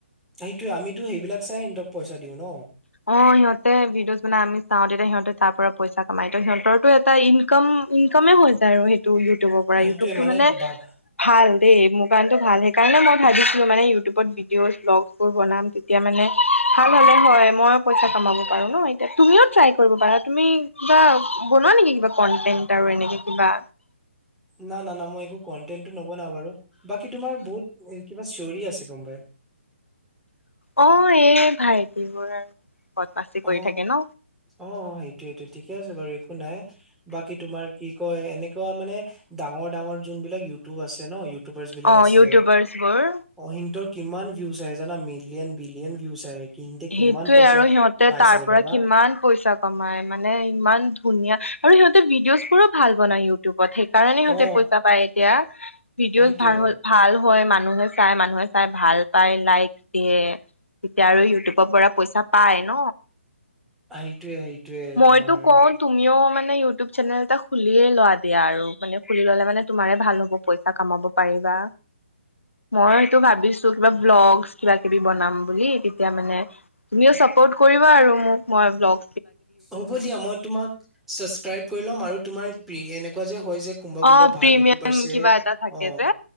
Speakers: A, in the centre; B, on the left.
A: সেইটোয়ে আমিতো সেইবিলাক চাই সিহঁতক পইচা দিওঁ ন।
B: অ সিহঁতে ভিডিঅ'জ বনাই আমি চাও তেতিয়া সিহঁতে তাৰ পৰা পইচা কামাই ত সিহঁতৰটো এটা ইনকম ইনকামে হৈ যায় আৰু সেইটো ইউটিউবৰ পৰা
A: সেইটোয়ে
B: ইউটিউবটো মানে
A: ভাব
B: ভাল দেই। মোৰ কাৰনেতো ভাল সেইকাৰণে মই ভাবিছিলো মানে ইউটিউবত ভিডিঅ' ব্লগছ বোৰ বনাম তেতিয়া মানে ভাল হলে হয় মই পইচা কমাব পাৰো ন এতিয়া তুমিও ট্ৰাই কৰিব পাৰা তুমি কিবা বনোৱা নেকি কিবা কন্টেন্ট আৰু এনেকে কিবা?
A: না না না মই একো কনটেনটটো নবনা বাৰু বাকী তোমাৰ বহুত কিবা চিঞৰি আছে কোনবাই।
B: অ এই ভাইটিবোৰ আৰু। বদমাচি কৰি
A: অ
B: থাকে ন
A: অ সেইটোইটো ঠিকে আছে বাৰু একো নাই। বাকী তোমাৰ কি কয় এনেকুৱা মানে ডাঙৰ ডাঙৰ যোনবলাক ইউটিউব আছে ন ইব ইউটোৰ্বাচ বিলাক
B: অ
A: আছে।
B: ইউটিউবাৰ্চ বোৰ
A: অহিনত'ত কিমান ভিউজ আহে জানা মিলিয়েন বিলিয়েন ভিউজ আহে কিন্তে
B: সেইটোয়ে
A: কিমান পইচা
B: আৰু সিহঁতে তাৰ
A: পাই চাগে
B: পৰা
A: ভাবা
B: কিমান পইচা কমাই মানে ইমান ধুনীয়া আৰু সিহতে ভিডিঅ' ভাল বনাই ইউটিউবত সেইকাৰণে সিহঁতে
A: অ
B: পইচা পায় এতিয়া। ভিডিঅ'
A: সেইটোয়ে
B: ভাল হয়, ম মানুহে চাই মানুহে চাই ভাল পায় লাইক দিয়ে তেতিয়া আৰু ইউটিউব পৰা পইচা পাই ন।
A: সেইটোয়ে সেইটোয়ে
B: মইতো
A: তোমাৰ
B: কওঁ তুমিও মানে মে ইউটিউব চেনেল এটা খুলিয়ে লোৱা দিয়া আৰু মানে খুলি ললে মানে তুমাৰে ভাল হ'ব পইচা কামাব পাৰিবা মই সটো ভাবিছো কিবা ব্লগ, কিবা কিবি বনাম বুলি তেতিয়া মানে তুমিও চাপৰ্ট কৰিবা আৰু মোক মই ব্লক
A: হ'ব দিয়া মই তোমাক চাচক্সাইভ কৰিল'ম আৰু তোমাৰ প্ৰি এনেকুৱা যে হয় যে কোনবা কোনোবা
B: অ
A: ভাল
B: প্ৰিমিয়াম
A: ইউটিউবাৰছে
B: কিবা এটা থাকে
A: অ
B: যে